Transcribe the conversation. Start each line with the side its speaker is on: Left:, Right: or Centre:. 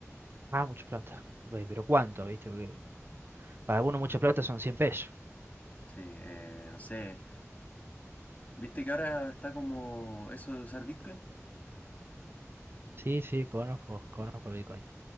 Right: Ah, mucha plata. Güey, pero ¿cuánto, viste? Porque para algunos mucha plata son 100 pesos.
Left: Sí, eh, no sé. ¿Viste que ahora está como eso de usar Bitcoin?
Right: Sí, sí, conozco, conozco Bitcoin.